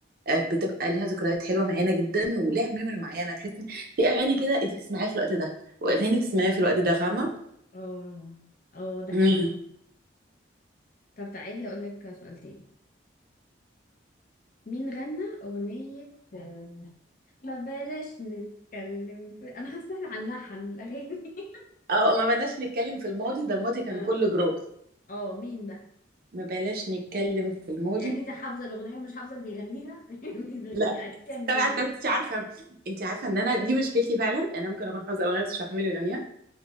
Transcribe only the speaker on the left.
اه اه ده حقيقي
طب تعالي اقول لك سؤال تاني مين غنى اغنية آه، ما بلاش نتكلم في... انا حاسة ان احنا هنلحن الاغاني <laughs>
اه
اه مين بقى
يعني انت حافظة الاغنية ومش حافظة اللي بيغنيها <laughs> يعني
دي- عرفتيها منين